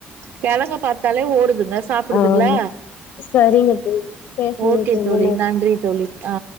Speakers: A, on the right; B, on the left.
A: கெழங்கு பாத்தாலே ஓடுதுங்க சாப்டுதுங்களா
B: ஆமா சரிங்க தோழி பேசுனதுக்கு
A: ஓகே
B: ரொம்ப
A: தோழி நன்றி தோழி ஆ